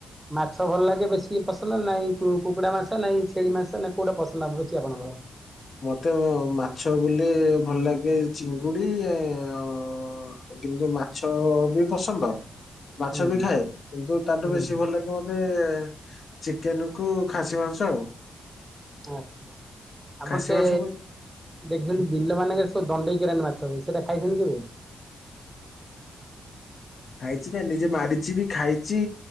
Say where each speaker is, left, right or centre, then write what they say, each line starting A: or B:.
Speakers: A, on the right; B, on the left.
A: ମାଛ ଭଲ ଲାଗେ ବେଶୀ ପସନ୍ଦ ନାଇଁ କୁକୁଡ଼ା ମାସ ନାଇଁ ଛେଳି ମାସ ନାାଇଁ କୋଉଟା ପସନ୍ଦ ଆ ପୁଛି ଆପଣଙ୍କର?
B: ମତେ ମାଛ ବୋଲେ ଭଲ ଲାଗେ ଚିଙ୍ଗୁଡି ଆଉ କିନ୍ତୁ ମାଛ ବି ପସନ୍ଦ ମାଛ
A: ହୁଁ
B: ବି ଖାଏ କିନ୍ତୁ ତାଠୁ
A: ହୁଁ
B: ବେଶୀ ଭଲ ଲାଗେ ମତେ ଚିକେନ କୁ ଖାସି ମାଂସ ଆଉ।
A: ଆଛା ଆପଣ
B: ଖାସି
A: ସେ
B: ମାଂସ କ
A: ଦେଖିଛନ୍ତି ବିଲ ମାନଙ୍କରେ ଦଣ୍ଡେଇ କିରାଣୀ ମାଛ ସେଟା ଖାଇନ କେବେ
B: ଖାଇଛି ନା ନିଜେ ମାରିଛି ବି ଖାଇଛି